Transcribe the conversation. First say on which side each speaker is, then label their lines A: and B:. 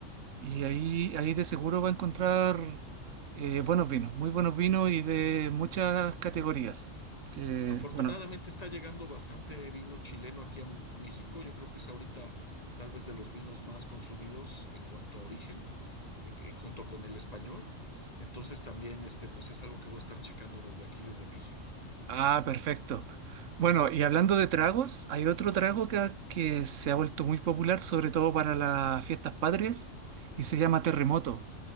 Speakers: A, on the right; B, on the left.
A: Y
B: Muy bien.
A: ahí, ahí de seguro va a encontrar eh, buenos vinos, muy buenos vinos y de muchas categorías. Que,
B: Afortunadamente
A: bueno,
B: está llegando bastante vino chileno aquí a, a México. Yo creo que es ahorita tal vez de los vinos más consumidos en cuanto a origen. eh, que- junto con el español. Entonces también, este, pues es algo que voy a estar checando desde aquí, desde México.
A: Ah, perfecto. Bueno, y hablando de tragos, hay otro trago que, que se ha vuelto muy popular, sobre todo para las fiestas patrias, y se llama terremoto.